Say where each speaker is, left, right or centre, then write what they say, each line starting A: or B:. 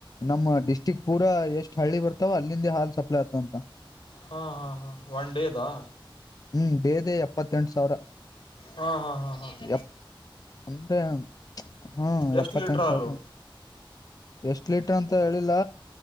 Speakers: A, on the left; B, on the left.
A: ನಮ್ಮ ಡಿಸ್ಟ್ರಿಕ್ ಪೂರ ಎಷ್ಟ್ ಹಳ್ಳಿ ಬರ್ತಾವೊ ಅಲ್ಲಿಂದ ಹಾಲ್ ಸಪ್ಲೈ ಆತವ ಅಂತ
B: ಹಾ ಹಾ ಹಾ ಒನ್ ಡೇ ದಾ
A: ಹ್ಮ್ ಡೇದೆ ಎಪ್ಪತ್ತೆಂಟು ಸಾವಿರ
B: ಹಾಂ ಹಾಂ ಹಾಂ ಹಾಂ
A: ಎಪ್ಪ್ ಅಂದ್ರೆ ಹಾ
B: ಎಷ್ಟು
A: ಎಪ್ಪತ್ತೆಂಟು
B: ಲೀಟ್ರ್ ಹಾಲು
A: ಸಾವಿರ ಎಷ್ಟ್ ಲೀಟರ್ ಅಂತ ಹೇಳಿಲ್ಲ